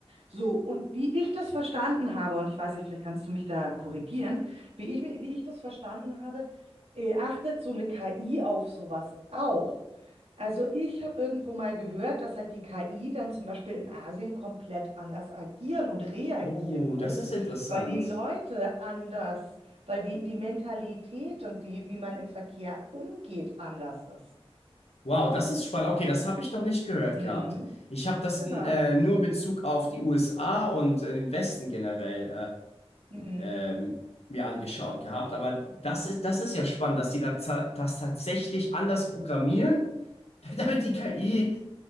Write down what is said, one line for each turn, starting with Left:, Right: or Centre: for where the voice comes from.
Right: So, und wie ich das verstanden habe, und ich weiß nicht, vielleicht kannst du mich da korrigieren, wie ich, mi- wie ich das verstanden habe, äh, achtet so eine KI auf sowas auch. Also ich habe irgendwo mal gehört, dass halt die KI dann zum Beispiel in Asien komplett anders agieren und reagieren
Left: Oh,
Right: muss,
Left: das ist interessant.
Right: weil die Leute anders, weil die, die Mentalität und die, wie man im Verkehr umgeht, anders ist.
Left: Wow, das ist spannend. Okay, das habe ich noch nicht gehört
Right: Mhm.
Left: gehabt. Ich habe das
Right: Genau.
Left: äh, nur in Bezug auf die USA und äh, den Westen generell
Right: Mhm.
Left: äh, ähm, mir angeschaut gehabt. Aber das ist, das ist ja spannend, dass die da za- das tatsächlich anders programmieren, <laughs> damit die KI
Right: Ich,